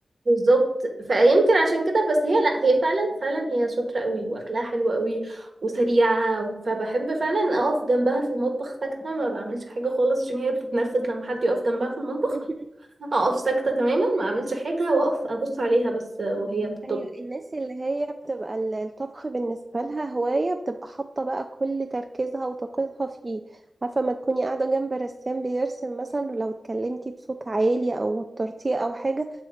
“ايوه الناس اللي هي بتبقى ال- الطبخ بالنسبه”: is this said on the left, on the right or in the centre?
Right